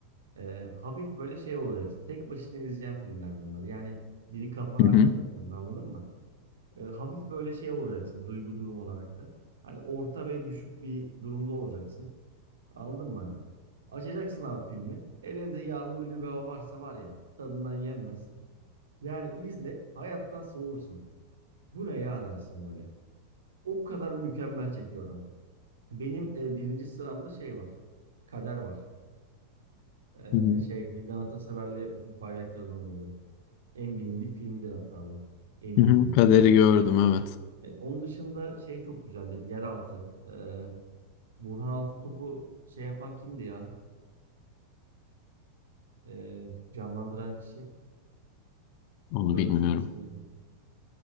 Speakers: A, on the right (about 65°); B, on the left (about 45°).
A: Ee, hafif böyle şey olacak. Tek başına izleyeceğim filmler bunlar. Yani biri kafanı
B: Hı
A: açmayacak
B: hı.
A: yanında anladın mı? Ee, hafif böyle şey olacaksın duygu durum olarak da. Hani orta ve düşük bir durumda olacaksın. Anladın mı? Hani? Açacaksın abi filmi. Hele de yağmurlu bir hava varsa var ya tadından yenmez. Yani izle hayattan soğursun. Bu ne ya dersin böyle. O kadar mükemmel çekiyor adam. Benim e, birinci sıramda şey var. Kader var. Ee,
B: Hı hı.
A: şey Vildan Atasever'le Ufuk Bayraktar'ın oynadığı. En bilindik filmidir hatta bu. En iyi
B: Hı hı.
A: filmidir
B: Kaderi
A: diyeyim.
B: gördüm evet.
A: E, onun dışında şey çok güzeldir. Yeraltı. Ee, Burhan Altıntop'u şey yapan kimdi ya? Ee, canlandıran kişi.
B: Onu
A: Söylesene
B: bilmiyorum.
A: ismini.